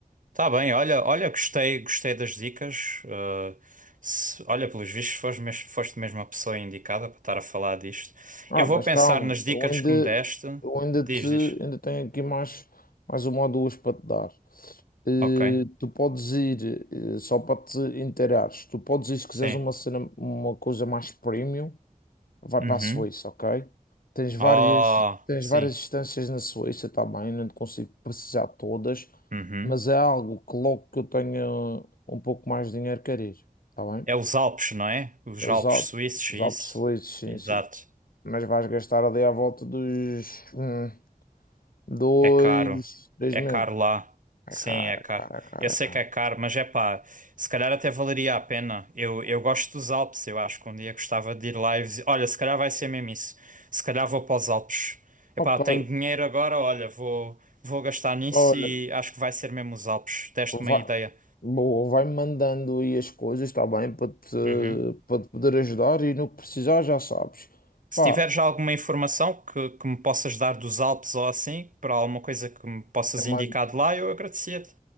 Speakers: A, on the right; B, on the left.
A: Tá bem, olha, olha, gostei, gostei das dicas. eh, se- olha, pelos vistos, foste mes- foste mesmo a pessoa indicada para estar a falar disto.
B: Ah,
A: Eu vou
B: mas
A: pensar
B: calma,
A: nas dicas
B: eu ainda,
A: que me deste.
B: eu ainda
A: Diz,
B: te,
A: diz.
B: ainda tenho aqui mais, mais uma ou duas para te dar. Eh,
A: Ok,
B: tu podes ir, eh, só para te inteirares, tu podes ir se quiseres
A: sim.
B: uma cena, uma coisa mais premium, vai
A: Uhum.
B: para a Suíça, ok? Tens várias,
A: Oh,
B: tens
A: sim.
B: várias instâncias na Suíça também, não te consigo precisar de todas,
A: Uhum.
B: mas é algo que logo que eu tenha um pouco mais de dinheiro quero ir, está bem?
A: É os Alpes, não é? Os
B: Os
A: Alpes
B: Alpes,
A: suíços,
B: os
A: isso.
B: Alpes suíços, sim,
A: Exato.
B: sim. Mas vais gastar ali à volta dos hum, dois,
A: É caro.
B: três
A: É
B: mil.
A: caro lá.
B: É
A: Sim,
B: caro,
A: é caro.
B: é caro, é caro,
A: Eu sei
B: é caro.
A: que é caro, mas é pá, se calhar até valeria a pena. Eu, eu gosto dos Alpes, eu acho que um dia gostava de ir lá e visi- Olha, se calhar vai ser mesmo isso. Se calhar vou para os Alpes.
B: Ok,
A: É pá, tenho dinheiro agora, olha, vou, vou gastar nisso
B: olha,
A: e acho que vai ser mesmo os Alpes. Deste
B: vai,
A: uma ideia.
B: boa, vai mandando aí as coisas, está bem, para te,
A: Uhum.
B: para te poder ajudar e no que precisar já sabes.
A: Se
B: Pá,
A: tiveres alguma informação que, que me possas dar dos Alpes ou assim, para alguma coisa que me possas
B: eu
A: indicar
B: mando,
A: de lá, eu agradecia-te.